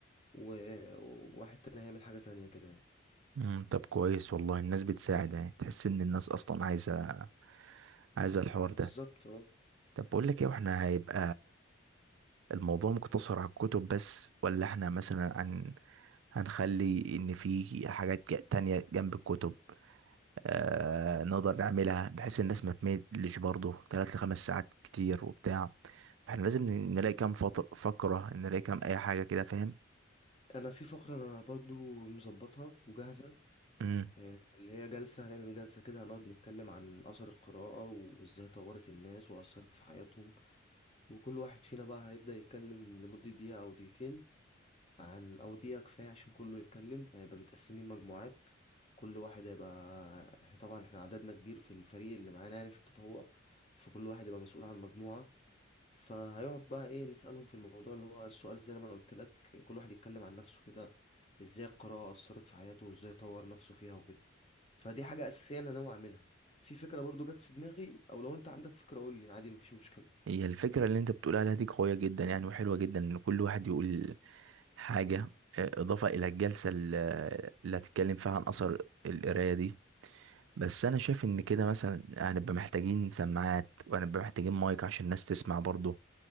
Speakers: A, on the left; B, on the right.
A: و- وواحد تاني هيعمل حاجة تانية كده يعني
B: مم. طب كويس والله الناس بتساعد يعني تحس ان الناس اصلا عايزة عايزة الحوار
A: بالظبط
B: ده
A: اه
B: طب بقول لك ايه واحنا هيبقى الموضوع مقتصر على الكتب بس ولا احنا مثلا هن... هنخلي ان في حاجات ج- تانية جنب الكتب آه... نقدر نعملها بحيث الناس ما تملش برضه تلات لخمس ساعات كتير وبتاع احنا لازم ن- نلاقي كام فط... فقرة نلاقي كام اي حاجة كده فاهم
A: انا في فقرة انا برضو مظبطها وجاهزة
B: مم.
A: آه، اللي هي جلسة هنعمل جلسة كده هنقعد نتكلم عن أثر القراءة وإزاي طورت الناس وأثرت في حياتهم وكل واحد فينا بقى هيبدأ يتكلم لمدة دقيقة أو دقيقتين عن أو دقيقة كفاية عشان كله يتكلم هيبقى متقسمين مجموعات كل واحد هيبقى احنا طبعا احنا عددنا كبير في الفريق اللي معانا يعني في التطوع فكل واحد يبقى مسؤول عن مجموعة فهيقعد بقى ايه نسألهم في الموضوع اللي هو السؤال زي ما انا قلت لك كل واحد يتكلم عن نفسه كده ازاي القراءة أثرت في حياته وازاي طور نفسه فيها وكده فدي حاجة أساسية أنا ناوي أعملها في فكرة برضو جت في دماغي أو لو أنت عندك فكرة قول لي عادي مفيش مشكلة
B: هي الفكرة اللي انت بتقول عليها دي قوية جدا يعني وحلوة جدا ان كل واحد يقول حاجة آه، اضافة الى الجلسة ال- اللي هتتكلم فيها عن اثر القراية دي بس انا شايف ان كده مثلا هنبقى محتاجين سماعات وهنبقى محتاجين مايك عشان الناس تسمع برضه